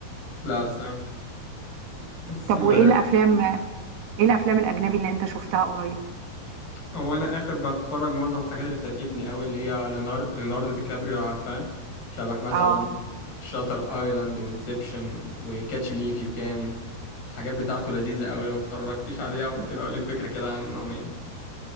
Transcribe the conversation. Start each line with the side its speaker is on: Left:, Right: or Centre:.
Left: لا الصراحة
Right: مم.
Left: بس
Right: طب
Left: ولا
Right: وايه الافلام ايه الافلام الاجنبي اللي انت شفتها قريب
Left: هو انا اخر بتفرج معظم الحاجات اللي بتعجبني قوي اللي هي ليونار... ليوناردو دي كابريو لو عارفاه شبه مثلا
Right: اه
Left: شاتر ايلاند وانسبشن وكاتش مي اف يو كان الحاجات بتاعته لذيذة قوي لو اتفرجتيش عليها ممكن اقول لك فكرة كده عنهم يعني